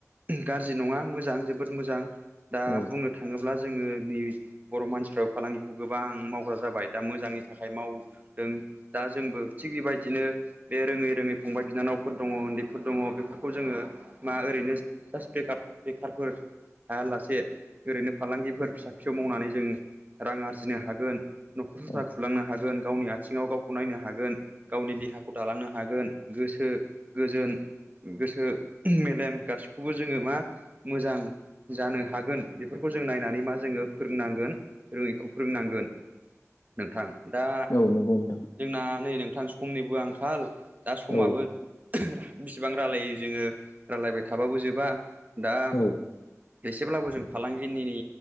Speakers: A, on the right; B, on the left.
A: गाज्रि नंङा मोजां जोबोद मोजां दा
B: औ
A: बुंनो थाङोब्ला जोंङो नि बर' मानसिफ्रा फालांगिखौ गोबां मावग्रा जाबाय दा मोजाङै। थाखाय मावदों दा जोंबो थिग बेबायदिनो। बे रोंङै रोंङै फंबाय बिनानावफोर दङ उन्दैफोर दङ बेफोरखौ जोंङो। मा ओरैनो जास्ट बेखार बेखारफोर। थायालासे ओरैनो फालांगिफोर फिसा फिसौ मावनानै जों रां आरजिनो हागोन। न'खर संसार
B: औ
A: खुलांनो हागोन गावनि आथिङाव गाव। गावखौ नायनो हागोन गावनि देहाखौ दालांनो हागोन गोसो गोजोन। गोसो मेलेम गासिखौबो जोंङो मा मोजां। जानो हागोन बेफोरखौ जों नायनानै मा जोंङो फोरोंनांगोन रोंङैखौ फोरोंनांगोन। नोंथां दा
B: औ नंगौ नोंथां
A: जोंना नै नोंथां समनिबो आंखाल। दा समाबो
B: औ
A: बिसिबां रायलायो जोंङो रायलायबाय थाबाबो जोबा। दा
B: औ
A: एसेब्लाबो जों फालांगिनि